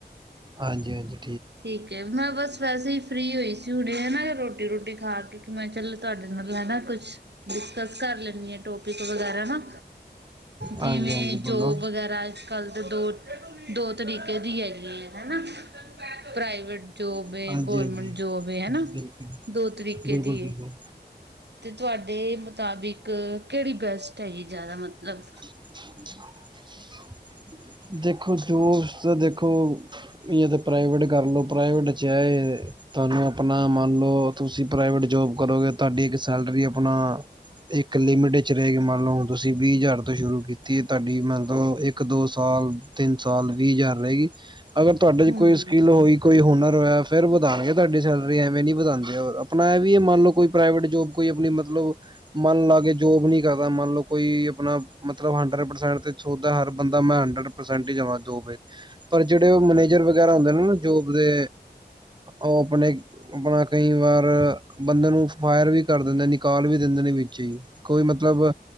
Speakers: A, on the right; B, on the right.
A: ਹਾਂਜੀ ਹਾਂਜੀ
B: ਠੀਕ ਏ ਮੈਂ ਬਸ ਵੈਸੇ ਹੀ ਫਰੀ ਹੋਈ ਸੀ ਹੁਣੇ ਹੈ ਰੋਟੀ ਰੋਟੀ ਖਾ ਕੇ ਮੈਂ ਚੱਲ ਤੁਹਾਡੇ ਨਾਲ ਹੈਨਾ ਕੁਛ ਡਿਸਕਸ ਕਰ ਲੈਂਦੀ ਆ ਟੋਪਿਕ ਵਗੈਰਾ ਨਾ
A: ਹਾਂਜੀ
B: ਜਿਵੇਂ
A: ਹਾਂਜੀ
B: ਜੋਬ
A: ਬੋਲੋ
B: ਵਗੈਰਾ ਕੱਲ੍ਹ ਦੇ ਦੋ ਦੋ ਤਰੀਕੇ ਦੀ ਹੈ ਨਹੀਂ ਹੈ ਨਾ ਪ੍ਰਾਈਵੇਟ ਜੋਬ
A: ਹਾਂਜੀ
B: ਗਰਮੈਂਟ
A: ਹਾਂਜੀ
B: ਜੋਬ ਹਨਾ
A: ਬਿਲਕੁਲ
B: ਦੋ ਤਰੀਕੇ
A: ਬਿਲਕੁਲ
B: ਦੀ।
A: ਬਿਲਕੁਲ
B: ਤੇ ਤੁਹਾਡੇ ਮੁਤਾਬਿਕ ਕਿਹੜੀ ਬੈਸਟ ਹੈਗੀ ਜ਼ਿਆਦਾ ਮਤਲਬ
A: <unintelligible> ਦੇਖੋ ਤਾਂ ਦੇਖੋ ਜਾ ਤਾਂ ਪ੍ਰਾਈਵੇਟ ਕਰ ਲਓ ਪ੍ਰਾਈਵੇਟ 'ਚਾਹੇ ਤੁਹਾਨੂੰ ਆਪਣਾ ਮੰਨ ਲਓ ਤੁਸੀਂ ਪ੍ਰਾਈਵੇਟ ਜੋਬ ਕਰੋਗੇ ਤੁਹਾਡੀ ਇੱਕ ਸੈਲਰੀ ਆਪਣਾ ਇੱਕ ਲਿਮਿਟ ਵਿੱਚ ਰਹਿ ਕੇ ਮੰਨ ਲਓ ਹੁਣ ਤੁਸੀਂ ਵੀਹ ਹਜ਼ਾਰ ਤੋਂ ਸ਼ੁਰੂ ਕੀਤੀ ਐ ਤੁਹਾਡੀ ਮਤਲਬ ਇੱਕ ਦੋ ਸਾਲ ਤਿੰਨ ਸਾਲ ਵੀਹ ਹਜ਼ਾਰ ਰਹੇਗੀ ਅਗਰ ਤੁਹਾਡੇ ਚ
B: ਹਮ
A: ਕੋਈ ਸਕਿੱਲ ਹੋਈ ਕੋਈ ਹੁਨਰ ਹੋਇਆ ਫੇਰ ਵਧਾਣਗੇ ਤੁਹਾਡੀ ਸੈਲਰੀ ਐਵੇਂ ਨੀ ਵਧਾਣਗੇ ਹੋਰ ਆਪਣਾ ਇਹ ਵੀ ਇਹ ਮੰਨ ਲਓ ਕੋਈ ਪ੍ਰਾਈਵੇਟ ਜੋਬ ਕੋਈ ਆਪਣੀ ਮਤਲਬ ਮਨ ਲਾ ਕੇ ਜੋਬ ਨੀ ਕਰਦਾ ਮੰਨ ਲਓ ਕੋਈ ਆਪਣਾ ਮਤਲਬ ਹੰਡਰਡ ਪਰਸੈਂਟ ਤੇ ਸੋਚਿਆ ਹਰ ਬੰਦਾ ਮੈਂ ਹੰਡਰਡ ਪਰਸੈਂਟ ਹੀ ਜਾਵਾਂ ਦੋ ਪਰ ਜਿਹੜੇ ਉਹ ਮੈਨੇਜਰ ਵਗੈਰਾ ਹੁੰਦੇ ਨੇ ਨਾ ਜੋਬ ਦੇ ਉਹ ਆਪਣੇ ਆਪਣਾ ਕਈ ਵਾਰ ਬੰਦੇ ਨੂੰ ਫਾਇਰ ਵੀ ਕਰ ਦੇਂਦੇ ਨੀ ਕਾਲ ਵੀ ਦਿੰਦੇ ਨੇ ਵਿੱਚ ਹੀ ਕੋਈ ਮਤਲਬ